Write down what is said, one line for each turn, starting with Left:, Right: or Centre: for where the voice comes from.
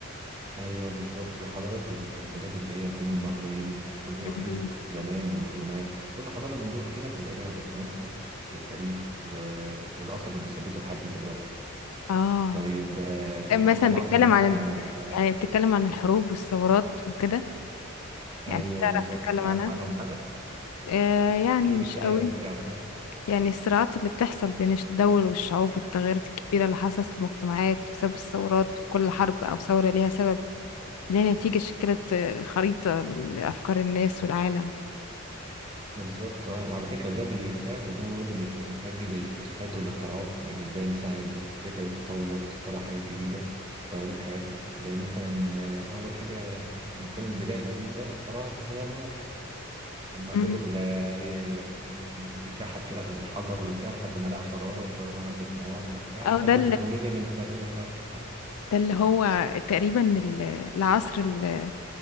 Right: أيوة بالظبط وحضارات البلاد اللي هي بين النهرين والإغريق
Left: مهم.
Right: زمان والرومان كل حضارة من دول كده بتبقى ليها بصمتها للتاريخ و... والأثر اللي ثابته لحد دلوقتي
Left: اه
Right: طيب آه،
Left: مثلا
Right: طبعا
Left: بيتكلم
Right: سمعتي
Left: عن
Right: عن
Left: ال...
Right: ال...
Left: يعني بتتكلم عن الحروب والثورات وكده
Right: أيوة
Left: يعني بتعرف
Right: بالظبط
Left: تتكلم
Right: أنت عارفة
Left: عنها
Right: عنهم حاجة؟
Left: آه يعني
Right: احكي
Left: مش
Right: لي كده
Left: قوي
Right: اللي أنت عارفاه
Left: يعني الصراعات اللي بتحصل بين الش- الدول والشعوب والتغيرات الكبيرة اللي حصلت في المجتمعات بسبب الثورات كل حرب أو ثورة ليها سبب ليها نتيجة شكلت آه، خريطة لأفكار الناس والعالم
Right: بالظبط اه وعلى فكرة ده بيساعد ان هو برضه بيس- بيسجل الاكتشافات والاختراعات يعني زي مثلا الناس قدرت تطور وتخترع حاجات جديدة غيرت حياتنا زي مثلا آه، أول حاجة الإنسان البدائي القديم ده اخترعها هي النار لما
Left: مم.
Right: فضل آه، ي- يعني يكحد كده في الحجر وبتاع لحد ما لقى شرارة والشرارة عملت نار وبتاع
Left: أو
Right: لحد
Left: ده
Right: التكنولوجيا اللي بنستخدمها دلوقتي اه
Left: ده اللي هو تقريبا ال- العصر ال-